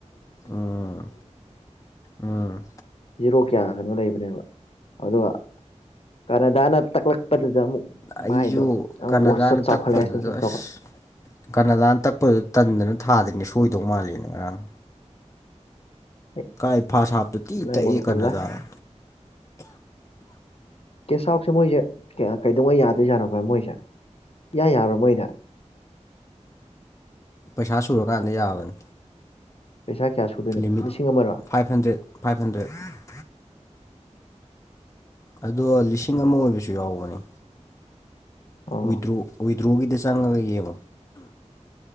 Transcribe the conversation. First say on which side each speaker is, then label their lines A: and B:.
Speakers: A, on the left; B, on the left.
A: ꯎꯝ ꯎꯝ
B: <unintelligible> ꯀꯌꯥ ꯀꯅꯣ ꯂꯩꯕꯅꯦꯕ ꯑꯗꯨꯒ ꯀꯅꯥꯗꯥꯅ ꯇꯛꯂꯛꯄꯗꯨꯗ ꯑꯃꯨꯛ
A: ꯑꯩꯁꯨ
B: ꯃꯥꯏꯗꯣ ꯑꯃꯨꯛ
A: ꯀꯅꯥꯗꯥꯅ
B: ꯑꯣꯠꯁꯇꯣ ꯆꯥꯎꯈꯠꯂꯛꯑꯦ
A: ꯇꯛꯄꯗꯨꯗ
B: ꯁꯨꯝ ꯁꯨꯝ
A: ꯑꯁ ꯀꯅꯥꯗꯥꯅ ꯇꯛꯄꯗ ꯇꯟꯗꯅ ꯊꯥꯗ꯭ꯔꯤꯅꯦ ꯁꯣꯏꯗꯧ ꯃꯥꯜꯂꯦꯅ ꯉꯔꯥꯡ
B: ꯆꯥꯎꯈꯠꯂꯛꯑꯦ
A: ꯀꯥꯏ ꯐꯥꯁ ꯍꯥꯞꯇ ꯇꯤ ꯏꯇ
B: ꯃꯣꯔꯣꯀꯣꯅ
A: ꯑꯦ ꯑꯅꯖꯔ
B: ꯀꯦꯁ ꯍꯥꯎꯁꯦ ꯃꯣꯏꯁꯦ ꯀꯩꯗꯧꯉꯩ ꯌꯥꯗꯣꯏꯖꯠꯅꯣꯕ ꯃꯣꯏꯁꯦ ꯌꯥ ꯌꯥꯕ꯭ꯔꯥ ꯃꯣꯏꯗ
A: ꯄꯩꯁꯥ ꯁꯨꯔꯀꯥꯟꯗ ꯌꯥꯕꯅꯤ
B: ꯄꯩꯁꯥ ꯀꯌꯥ ꯁꯨꯗꯣꯏꯅꯣ
A: ꯂꯤꯃꯤꯠ
B: ꯂꯤꯁꯤꯡ ꯑꯃꯔ
A: ꯐꯥꯏꯚ ꯍꯟꯗ꯭ꯔꯦꯠ ꯐꯥꯏꯚ ꯍꯟꯗ꯭ꯔꯦꯠ ꯑꯗꯣ ꯂꯤꯁꯤꯡ ꯑꯃ ꯑꯣꯏꯕꯁꯨ ꯌꯥꯎꯕꯅꯤ
B: ꯑꯣ
A: ꯋꯤꯗ꯭ꯔꯣ ꯋꯤꯗ꯭ꯔꯣꯒꯤꯗ ꯆꯪꯉꯒ ꯌꯦꯡꯉꯣ